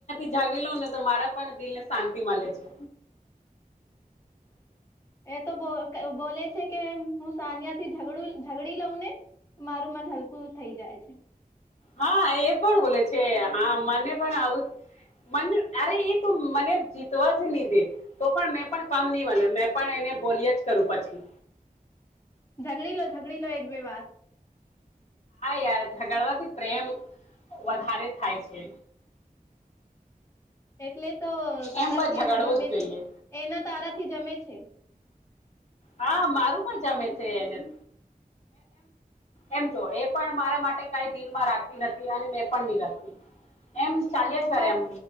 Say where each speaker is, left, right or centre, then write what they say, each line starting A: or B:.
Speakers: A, on the left; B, on the left.
A: જાગડી લઉં ને તો મારા પણ દિલ ને શાંતિ મળે છે.
B: એ તો બોલે છે કે હું સાનિયા થી ઝઘડું ઝડી લઉ ને. મારું મન હલકું થઈ જાય છે.
A: હા એ પણ બોલે છે હા મને પણ આવું, મને અરે એ તો મને જીતવા જ નહી દે, તો પણ મેં પણ કમ નહી મળે બને મેં પણ એને બોલી જ કરું પછી.
B: ઝઘડી લો ઝગડી લો એક બે વાર.
A: ય ઝગડવાથી પ્રેમ વધારે થાય છે.
B: એટલે તો તારાથી
A: એમ પણ ઝઘડવું
B: એનું જમે
A: જ જોઈએ
B: છે, એના તારા થી જમે છે.
A: હા મારું પણ જમે છે એનેમ એમ, જો એ પણ મારા માટે કઈ દિલમાં રાખતી નથી અને મેં પણ નહી રાખતી. એમ ચાલ્યા
B: મોપા
A: જ કરે એમ